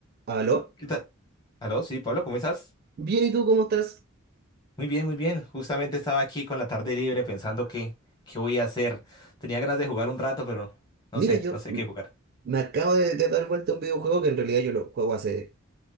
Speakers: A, on the right; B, on the left.
A: ¿Aló?
B: ¿Qué tal? Aló, sí, Pablo, ¿cómo estás?
A: Bien, ¿y tú cómo estás?
B: Muy bien, muy bien. Justamente estaba aquí con la tarde libre pensando qué, qué voy a hacer. Tenía ganas de jugar un rato, pero no
A: Mira,
B: sé,
A: yo
B: no sé
A: mm,
B: qué jugar.
A: me acabo de, de dar vuelta a un videojuego que en realidad yo lo juego hace...